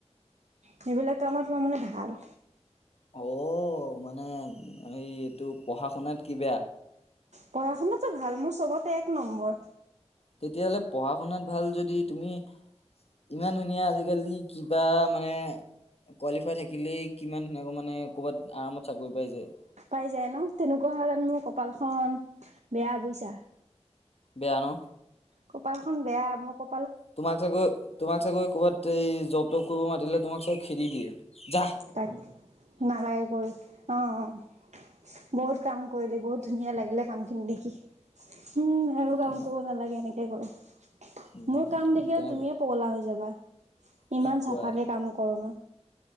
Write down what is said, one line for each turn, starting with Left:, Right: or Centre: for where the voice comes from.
Right: সেইবিলাক কামত মাৰ মানে ভাল
Left: অ মানে এই এইটো পঢ়া শুনাত কি বেয়া
Right: পঢ়া শুনাতো ভাল মোৰ চবতে এক নম্বৰ
Left: তেতিয়াাহ'লে পঢ়া শুনাত ভাল যদি তুমি ইমান ধুনীয়া আজিকালি কিবা মানে কোৱালিফাই থাকিলেই কিমান ধুনো মানে ক'ৰবাত আৰামত চাকৰি পাই যোয়
Right: পাই যায় ন তেনেকুৱা হণ মোৰ কপাল খন বেয়া বুইছা
Left: জানো
Right: কপাল খ বেয়া মোৰ ক
Left: তোমাক চাগৈ তোমাক চাগৈ ক'ৰবাত এই জব তব কৰিব মাতিলে তোমাক চাগ খেদি দিয়ে যাহ
Right: তাক নালাগে কৰি অ', অ', বহুত কাম কৰিলি বহুত ধুনীয়া লাগিলে কামখিনি দেখি। উম, আৰু
Left: তোম
Right: কাম কৰিব নালাগে এনেকে কয়।
Left: উম,
Right: মোৰ কাম
Left: তোমাক
Right: দেখিয়ে
Left: তেনে
Right: তুমিয়ে পগলা হৈ যাবা,
Left: কি
Right: ইমান
Left: কোৱা
Right: চাফাকে কামো কৰো মই।